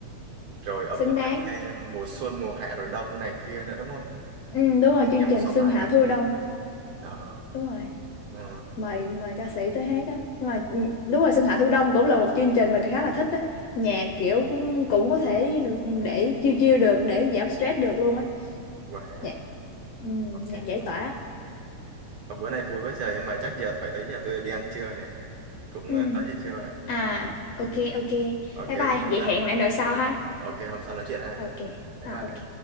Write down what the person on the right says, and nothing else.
rồi ông
có
tham gia mùa xuân mùa hạ rồi đông này kia nữa đúng không
có
nghe một
số
bài
trong
chương
trình đấy ờ
ờ,
wow
ok
Ờ, bữa nay vui quá trời nhưng mà chắc giờ phải tới giờ tôi đi ăn trưa nè cũng
ờ, tới giờ trưa này
ok
chứ
không
sao
ok hôm sau nói chuyện ha
Bye
bye.